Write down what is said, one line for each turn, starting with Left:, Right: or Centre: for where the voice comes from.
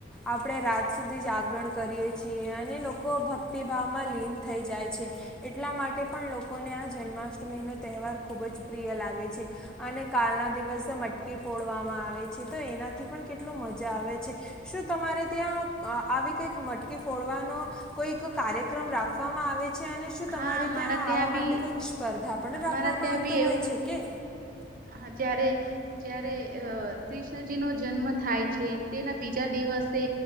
Centre: આપણે રાત સુધી જાગરણ કરીએ છીએ, અને લોકો ભક્તિભાવમાં લીન થઈ જાય છે. એટલા માટે પણ લોકોને જન્માષ્ટમીનો, તહેવાર ખુબજ પ્રિય લાગે છે. અને કાલના દિવસે મટકી ફોડવામાં આવે છે તો એનાથી પણ કેટલું મજા આવે છે શું તમારે ત્યાં આવી મટકી ફોડવાનો કોઈક કાર્યક્રમ રાખવામાં આવે છે અને શું
Right: હા
Centre: તમારે
Right: અમારા
Centre: ત્યાં આવા
Right: બી
Centre: માટે કોઈ સ્પર્ધા પણ
Right: અમારા
Centre: રાખવામાં
Right: ત્યાં
Centre: આવતો
Right: બી એવું
Centre: હોય છે કે
Right: હા જ્યારે જ્યારે અ કૃષ્ણજીનો જન્મ થાય છે તેના બીજા દિવ દિવસે